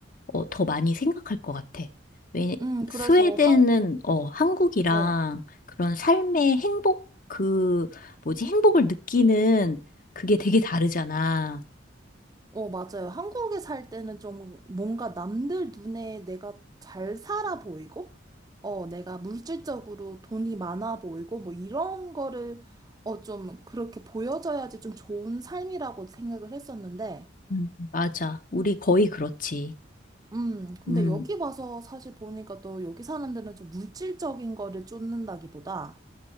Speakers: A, on the left; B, on the right.
A: 어, 더 많이 생각할 것 같아. 왜,
B: 음, 그래서
A: 스웨덴은
B: 한,
A: 어, 한국이랑
B: 네.
A: 그런 삶의 행복, 그, 뭐지, 행복을 느끼는 그게 되게 다르잖아.
B: 어, 맞아요. 한국에 살 때는 좀 뭔가 남들 눈에 내가 잘 살아 보이고, 어, 내가 물질적으로 돈이 많아 보이고, 뭐 이런 거를, 어, 좀 그렇게 보여져야지 좀 좋은 삶이라고 생각을 했었는데,
A: 음, 맞아. 우리 거의 그렇지.
B: 음, 근데
A: 음,
B: 여기 와서 사실 보니까 또 여기 사람들은 좀 물질적인 거를 쫓는다기보다,